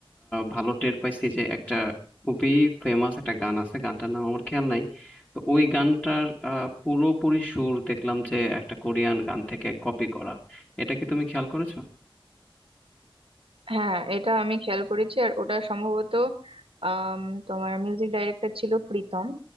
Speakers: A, on the left (about 15°); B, on the right (about 70°).
A: ভালো টের পাইছি যে একটা খুবই ফেমাস একটা গান আছে গানটার নাম আমার খেয়াল নাই তো ওই গানটার আহ, পুরোপুরি সুর দেখলাম যে একটা কোরিয়ান গান থেকে কপি করা এটা কি তুমি খেয়াল করেছো
B: হ্যাঁ এটা আমি খেয়াল করেছি আর ওটা সম্ভবত আম, তোমার মিউজিক ডাইরেক্টর ছিল প্রীতম